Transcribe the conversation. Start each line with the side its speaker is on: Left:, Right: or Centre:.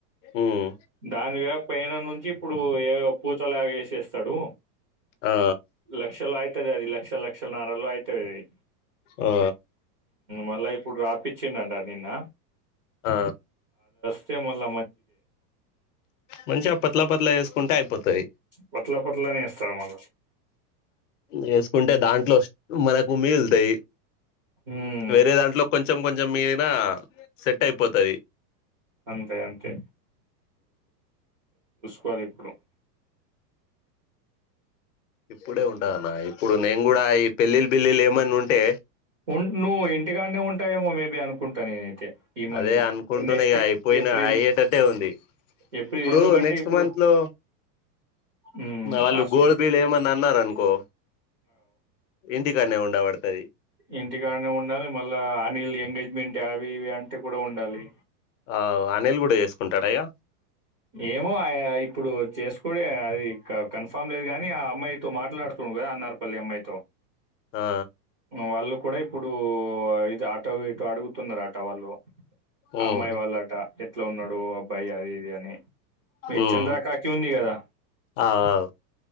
Left: ఉమ్
Right: దాని పైన నుంచి ఇప్పుడు ఏ పూతలు వేసేస్తాడు
Left: ఆ
Right: లక్షలు అవుతుది అది లక్ష లక్షలన్నరలో అవుతుది అది
Left: ఆ
Right: మళ్ళా ఇప్పుడు రాపిచ్చిండంట నిన్న
Left: ఆ
Right: నుంచే మల్ల
Left: మంచిగా పత్లా పత్లా వేసుకుంటే అయిపోత
Right: పత్ల పత్ల ఇస్తాడు మళ
Left: వేసుకుంటే దాంట్లో మనకు మిగులుతాయి.
Right: హ్మ్
Left: వేరే దాంట్లో కొంచెం కొంచెం మిగిలిన సెట్ అయిపోతది.
Right: అంతే అంతే పది ఇప్పుడు <unintelligible>
Left: ఇప్పుడే ఉంటదు అన్న ఇప్పుడు నేను కూడా ఈ పెళ్ళిళ్ళ బిల్లిలు ఉంటే
Right: ఉ నువ్వు ఇంటికానే ఉంటావేమో మేబి అనుకుంటా నేనైతే ఈ మంత్
Left: అదే అనుకుంటున్నా
Right: నెక్స్ట్
Left: ఇక అయిపోయిన
Right: ఏప్రిల్
Left: అయ్యేటట్టే ఉంది.
Right: ఏప్రిల్
Left: ఇప్పుడు
Right: ఎందుకంటే
Left: నెక్స్ట్
Right: ఇప్పుడు
Left: మంత్ లో
Right: హ్మ్
Left: వాళ్ళు
Right: అసలు
Left: గోల్ బిల్ ఏమన్న అన్నరూ అనుకో ఇంటికానే ఉండబడతది.
Right: ఇంటికానే ఉండాలి మళ్ళా అనిల్ ఎంగేజ్మెంట్ అవి ఇవి అంటే కూడా ఉండాలి.
Left: ఆ అనిల్ కూడా చేసుకుంటాడ ఇగ
Right: ఏమో ఇప్పుడు చేసుకో అది కన్ఫామ్ లేదు కాగాని ఆ అమ్మాయితో మాట్లాడుతు అనార్పల్లి అమ్మాయి
Left: ఆ
Right: వాళ్ళు కూడా ఇప్పుడు ఇది ఆటో ఇటో అడుగుతున్నారు ఆట వాళ్ళు ఆ
Left: ఉమ్
Right: అమ్మాయి వాళ్ళు ఆట ఎట్లా ఉన్నాడు అబ్బాయి అది ఇది అని మీ
Left: ఉమ్
Right: చంద్ర కాక్యూ ఉంది కదా
Left: అవ్ అవ్